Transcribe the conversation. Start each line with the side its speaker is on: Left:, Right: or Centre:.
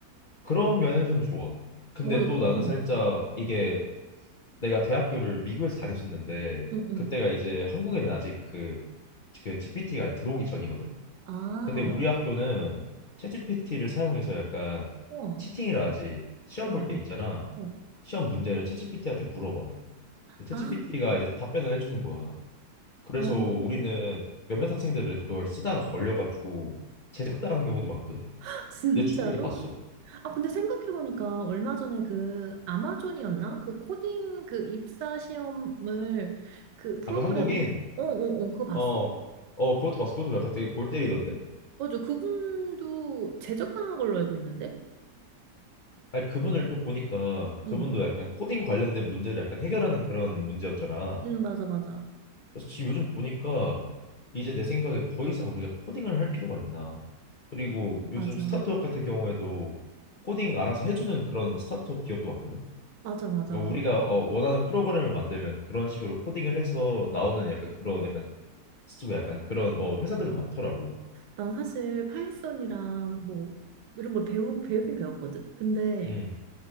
Left: 그런 면에서는 좋아. 근데
Right: 맞아.
Left: 또
Right: 그런
Left: 나는
Right: 면에서.
Left: 살짝 이게
Right: 응,
Left: 내가 대학교를 미국에서 다녔었는데
Right: 응, 응.
Left: 그때가 이제 한국에는 아직 그, 그 GPT가 들어오기 전이거든.
Right: 아,
Left: 근데
Right: 어.
Left: 우리 학교는 챗GPT를 사용해서 약간
Right: 우와.
Left: 치팅이라 하지. 시험
Right: 어, 어,
Left: 볼 때 있잖아.
Right: 어. 어.
Left: 시험 문제를 챗GPT한테 물어봐. 챗GPT가
Right: 아,
Left: 이제 답변을 해주는 거야. 그래서
Right: 어.
Left: 우리는 몇몇 학생들을 그걸 쓰다가 걸려가지고 제적당한 경우도 많거든.
Right: <laughs> 진짜로?
Left: 내 주위에도 봤어.
Right: 아, 근데 생각해보니까 얼마 전에 그 아마존이었나? 그 코딩 그 입사 시험을 그 프로그램,
Left: 아까 한국인
Right: 어, 어, 어, 그거 봤어?
Left: 어, 어, 그것도 봤어. 그것도 약간 되게 골 때리던데?
Right: 맞아. 그분도 제적당한 걸로 알고 있는데?
Left: 아니, 그분을 또 보니까
Right: 응.
Left: 그분도 약간 코딩 관련된 문제를 약간 해결하는 그런 문제였잖아.
Right: 응, 맞아, 맞아.
Left: 그래서 지금 요즘 보니까 이제 내 생각에 더 이상 우리가 코딩을 할 필요가 있나. 그리고 요즘
Right: 맞아.
Left: 스타트업 같은 경우에도 코딩 알아서 해주는 그런 스타트업 기업도 많거든?
Right: 맞아, 맞아.
Left: 그러니까 우리가 어, 원하는 프로그램을 만들면 그런 식으로 코딩을 해서 나오는 약간 그런 약간 스튜브 약간 그런 어, 회사들도 많더라고.
Right: 난 사실 파이썬이랑 뭐 이런 걸 배우, 배우긴 배웠거든? 근데
Left: 음.